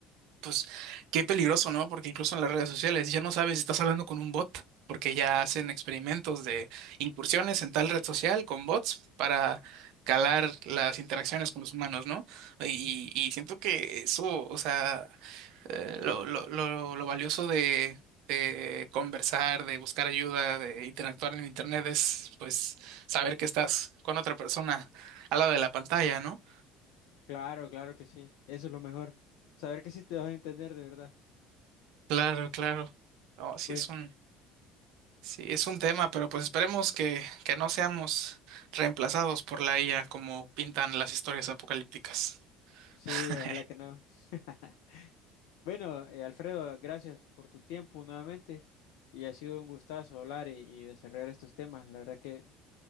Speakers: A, on the right (about 60°); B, on the left (about 65°).
A: pues qué peligroso, ¿no? Porque incluso en las redes sociales ya no sabes si estás hablando con un bot, porque ya hacen experimentos de incursiones en tal red social con bots para calar las interacciones con los humanos, ¿no? Y, y siento que eso, o sea, eh, lo, lo, lo, lo valioso de, de conversar, de buscar ayuda, de interactuar en Internet es, pues, saber que estás con otra persona al lado de la pantalla, ¿no?
B: Claro, claro que sí. Eso es lo mejor. Saber que sí te vas a entender de verdad.
A: Claro, claro. No, sí
B: Bueno,
A: es un, Sí, es un tema, pero pues esperemos que, que no seamos reemplazados por la IA como pintan las historias apocalípticas.
B: sí,
A: <laughs>
B: ojalá que no. <laughs> Bueno, eh, Alfredo, gracias por tu tiempo nuevamente y ha sido un gustazo hablar y, y desarrollar estos temas. La verdad que